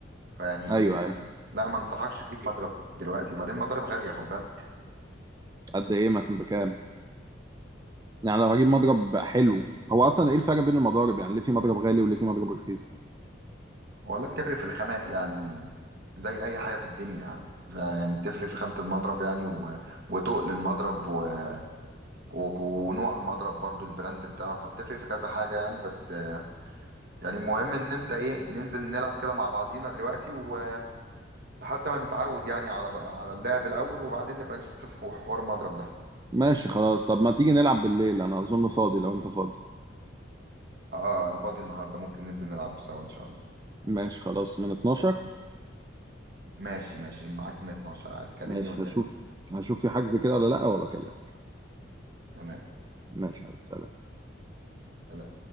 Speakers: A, on the right; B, on the right.
A: فيعني
B: ايوه
A: آه،
B: ايوه
A: لا ما انصحكش تجيب مضرب دلوقتي وبعدين مضارب غاليه خد بالك
B: قد ايه مثلا بكام يعني لو هجيب مضرب حلو هو اصلا ايه الفرق بين المضارب يعني ليه في مضرب غالي وليه في مضرب رخيص
A: ولا بتفرق في الخامات يعني زي اي حاجه في الدنيا يعني فيعني بتفرق في خامه المضرب يعني و... وتقل المضرب و... و... ونوع المضرب برضو البراند بتاعه فبتفرق في كذا حاجه يعني بس يعني المهم ان انت ايه ننزل نلعب كده مع بعضينا دلوقتي ولحد ما نتعود يعني على على اللعب الاول وبعدين نبقى نشوف هو حوار مضرب ده
B: ماشي خلاص طب ما تيجي نلعب بالليل انا اظن فاضي لو انت فاضي
A: اه انا فاضي النهارده ممكن ننزل نلعب سوا ان شاء الله
B: ماشي خلاص من 12
A: ماشي ماشي معاك من 12 عادي كلمني
B: ماشي
A: وانت
B: هشوف
A: نازل
B: هشوف في حجز كده ولا لا وبكلمك
A: تمام
B: ماشي يا حبيبي سلام
A: سلام.